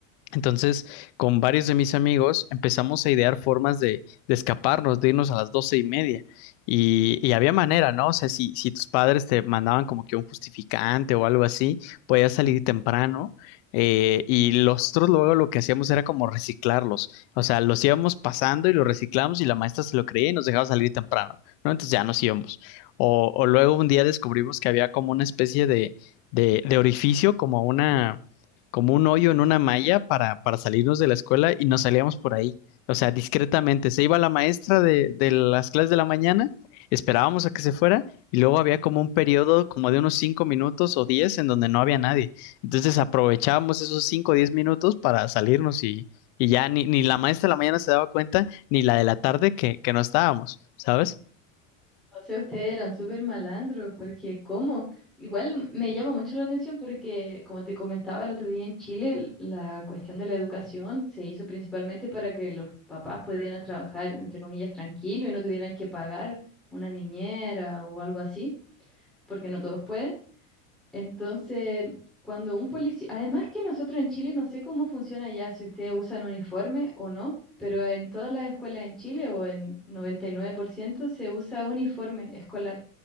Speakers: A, on the left; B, in the centre.
A: Entonces, con varios de mis amigos empezamos a idear formas de, de escaparnos, de irnos a las doce y media. Y, y había manera, ¿no? O sea, si, si tus padres te mandaban como que un justificante o algo así, podías salir temprano. eh, y nosotros luego lo que hacíamos era como reciclarlos. O sea, los íbamos pasando y los reciclamos y la maestra se lo creía y nos dejaba salir temprano, ¿no? Entonces ya nos íbamos. O, o luego un día descubrimos que había como una especie de, de de orificio, como una como un hoyo en una malla para, para salirnos de la escuela y nos salíamos por ahí. O sea, discretamente. Se iba la maestra de, de las clases de la mañana, esperábamos a que se fuera y luego había como un periodo como de unos 5 minutos o 10 en donde no había nadie. Entonces aprovechábamos esos 5 o 10 minutos para salirnos y, y ya ni, ni la maestra de la mañana se daba cuenta, ni la de la tarde que, que no estábamos, ¿sabes?
B: O sea, ustedes eran súper malandros, porque ¿cómo? Igual me llama mucho la atención porque, como te comentaba el otro día en Chile, l- la cuestión de la educación se hizo principalmente para que los papás pudieran trabajar, entre comillas, tranquilo y no tuvieran que pagar una niñera o algo así, porque no todos pueden. Entonces, cuando un policía, además que nosotros en Chile, no sé cómo funciona ya, si ustedes usan uniforme o no. Pero en todas las escuelas en Chile o en 99% se usa uniforme escolar.